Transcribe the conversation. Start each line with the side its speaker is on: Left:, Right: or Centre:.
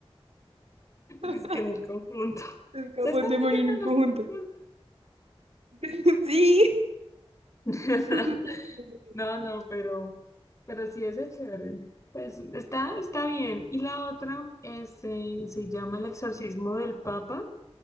Right: <laughs>
Left: Es que en el conjunto. <laughs>
Right: Es capaz
Left: Se están
Right: de morir
Left: metiendo
Right: en
Left: en
Right: un conjunto.
Left: los conjuntos.
Right: <laughs> Sí,
Left: <laughs>
Right: justo estaba pensando en eso.
Left: No, no, pero, pero sí es chévere. Pues está, está bien. Y la otra es, eh, se llama el exorcismo del Papa.